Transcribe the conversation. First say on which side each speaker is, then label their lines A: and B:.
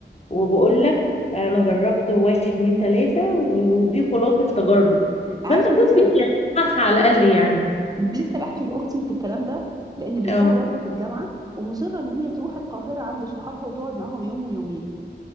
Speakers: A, on the left; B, on the right.
A: وبقول لك انا جربت واحد اتنين تلاته ودي خلاصه تجاربه
B: عارفه
A: فانت خد
B: انا لسه
A: بيه يعني اسمعها على الاقل يعني
B: لسه بحكي لاختي في الكلام ده لان بنتها
A: اه
B: برضو في الجامعه ومصره ان هي تروح القاهره عند صحابها وتقعد معاهم يوم ويومين